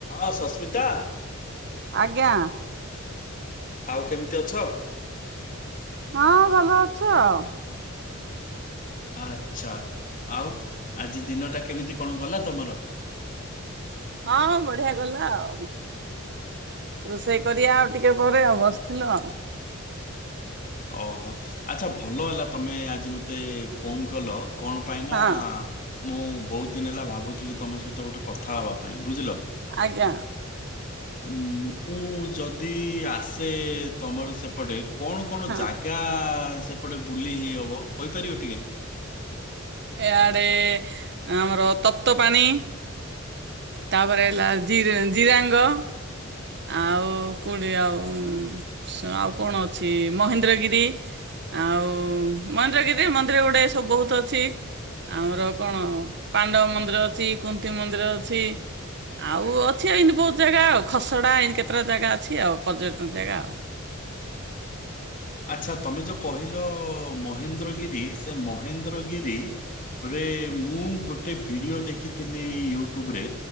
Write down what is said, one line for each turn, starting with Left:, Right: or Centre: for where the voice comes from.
Left: ଆ ସସ୍ମିତା।
Right: ଆଜ୍ଞା।
Left: ଆଉ କେମ୍ ତି ଅଛ?
Right: ହଁ ଭଲ ଅଛୁ ଆଉ।
Left: ଆଛା ଆଉ ଆଜି ଦିନଟା କେମିତି କଣ ଗଲା ତମର?
Right: ହଁ ହଁ ବଢିଆ ଗଲା ଆଉ ରୋଷେଇ କରିଆ ଆଉ ଟିକେ ପରେ ଆଉ ବସ୍ ଥିଲ?
Left: ଅ ହ ଆଚ୍ଛା ଭଲ ହେଲା ତମେ ଆଜି ମୋତେ ଫୋନ କଲ କଣ? ପାଇଁ ନା
Right: ହଁ
Left: ମୁଁ ବହୁତ ଦିନ ହେଲା ଭାବୁଥିଲି ତମ ସହିତ ଗୋଟେ କଥା ହବା ପାଇଁ ବୁଝିଲ।
Right: ଆଜ୍ଞା।
Left: ଉଁ ମୁଁ ଯଦି ଆସେ ତମର ସେପଟେ କଣ କଣ
Right: ହଁ।
Left: ଜାଗା ସେପଡେ ବୁଲି ହେଇ ହବ କହିପାରିବ ଟିକେ?
Right: ଏଆଡ଼େ ଆମର ତପ୍ତ ପାଣି। ତାପରେ ହେଲା ଜି ରେ ଜିରାଙ୍ଗ। ଆଉ କୋଠି ଆଉ ସ ଆଉ କଣ ଅଛି ମହେନ୍ଦ୍ରଗିରି। ଆଉ ମନ୍ଦିନ୍ଦ୍ରଗିରିରେ ମନ୍ଦିର ଗୁଡାଏ ସବୁ ବହୁତ ଅଛି। ଆମର କଣ ପାଣ୍ଡବ ମନ୍ଦିର ଅଛି କୁନ୍ତି ମନ୍ଦିର ଅଛି। ଆଉ ଅଛି ଏଇନି ବହୁତ ଜାଗା ଆଉ ଖସଡା ଏଇନି କେତେଟା ଜାଗା ଅଛି ଆଉ ପର୍ଯ୍ୟଟନ ଜାଗା ଆଉ।
Left: ଆଚ୍ଛା ତମେ ଯୋଉ କହିଲ ମହେନ୍ଦ୍ରଗିରି ସେ ମହେନ୍ଦ୍ରଗିରି ଗୋଡେ ମୁଁ ଗୋଟେ ଭିଡିଓ ଦେଖିଥିଲି ୟୁଟ୍ୟୁବରେ।